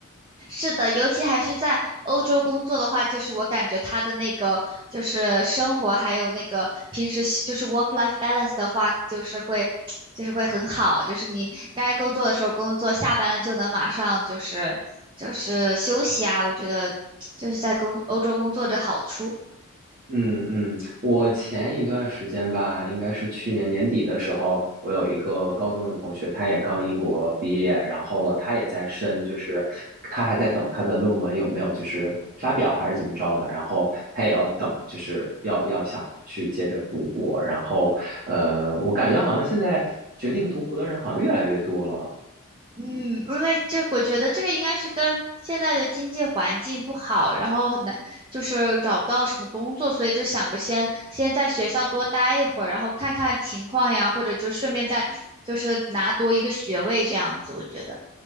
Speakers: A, on the right; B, on the right.
A: 是的，尤其还是在欧洲工作的话，就是我感觉他的那个就是生活，还有那个平时习就是 work life balance 的话，就是会 <tsk> 就是会很好，就是你该工作的时候工作，下班了就能马上就是就是休息啊，我觉得 <tsk> 就是在工欧洲工作的好处。
B: 嗯嗯，我前一段时间吧，应该是去年年底的时候，我有一个高中的同学，他也刚英国毕业，然后了，他也在申，就是他还在等他的论文有没有就是发表还是怎么着的，然后他也要等，就是要要想去接着读博，然后呃，我感觉好像现在决定读博的人好像越来越多了。
A: 嗯，因为这我觉得这个应该是跟现在的经济环境不好，然后很难，就是找不到什么工作，所以就想着先先在学校多待一会儿，然后看看情况呀，或者就顺便再就是拿多一个学位这样子，我觉得。